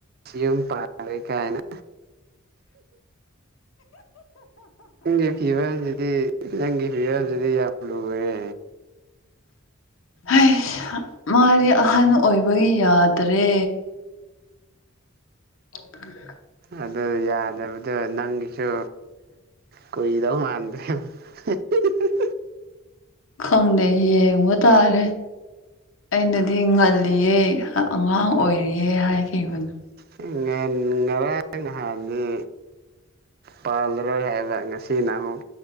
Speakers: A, on the right; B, on the left.
A: ꯌꯨꯝ ꯄꯥꯔꯩ ꯀꯥꯏꯅ ꯏ ꯐꯤꯕꯔꯖꯗꯤ ꯅꯪꯒꯤ ꯐꯤꯕꯜꯁꯤꯗꯤ ꯌꯥꯝ ꯂꯨꯑꯦ
B: ꯎꯝ ꯍ ꯃꯥꯗꯤ ꯑꯍꯟ ꯑꯣꯏꯕꯒꯤ ꯌꯥꯗ꯭ꯔꯦ ꯑꯣ ꯐꯔꯦ
A: ꯑꯗꯨ ꯌꯥꯗꯕꯗꯣ ꯅꯪꯒꯤꯁꯨ ꯀꯨꯏꯗꯧ ꯃꯥꯟꯗꯦ <inaudible>
B: ꯈꯪꯗꯌꯦ ꯋꯥ ꯇꯔꯦ ꯑꯩꯅꯗꯤ ꯉꯜꯂꯤꯌꯦ ꯑꯉꯥꯡ ꯑꯣꯏꯔꯤꯌꯦ ꯍꯥꯏꯈꯤꯕꯅꯣ
A: ꯉꯟ ꯉꯔꯥꯡ ꯅꯍꯥꯟꯅꯤ ꯄꯥꯜꯂꯔꯣꯏ ꯍꯥꯏꯕ ꯉꯁꯤꯅ ꯑꯃꯨꯛ